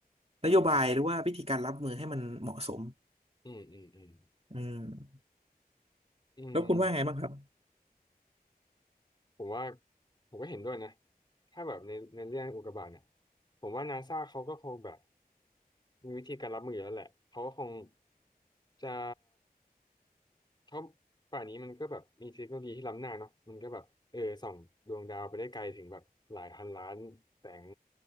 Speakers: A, on the right; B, on the left.
A: นโยบายหรือว่าวิธีการรับมือให้มันเหมาะสม
B: อืมอืมอืม
A: อืม
B: อืมอืม
A: แล้วคุณว่าไงบ้างครับ
B: ผมว่าผมก็เห็นด้วยนะถ้าแบบในในเรื่องอุกกาบาตเนี่ยผมว่านาซาเขาก็คงแบบมีวิธีการรับมืออยู่แล้วแหละเขาก็คงจะเขาป่านนี้มันก็แบบมีเทคโนโลยีที่ล้ำหน้าเนาะมันก็แบบเออส่องดวงดาวไปได้ไกลถึงแบบหลายพันล้านแสง